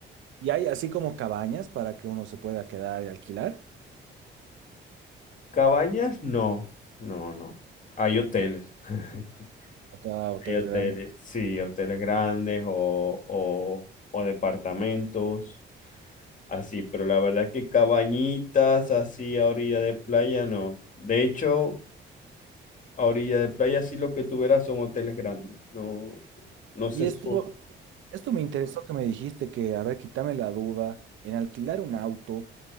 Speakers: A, on the right; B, on the left.
A: ¿Y hay así como cabañas para que uno se pueda quedar y alquilar?
B: Cabañas, no, no, no. Hay hoteles. <laughs>
A: O sea, hoteles
B: Hay hoteles,
A: grandes.
B: sí, hoteles grandes o, o, o departamentos, así, pero la verdad que cabañitas así a orilla de playa no. De hecho, a orilla de playa sí lo que tú verás son hoteles grandes, no, no
A: Y
B: se
A: esto,
B: sube.
A: Esto me interesó que me dijiste que, a ver, quítame la duda, en alquilar un auto,